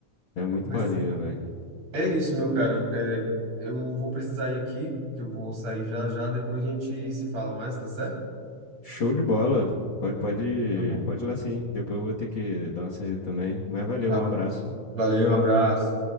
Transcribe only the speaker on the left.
é muito
maneiro, velho.
Show de bola. Pode, pode,
pode ir lá sim. Depois eu vou ter que dar uma saída também. Mas valeu,
um
abraço.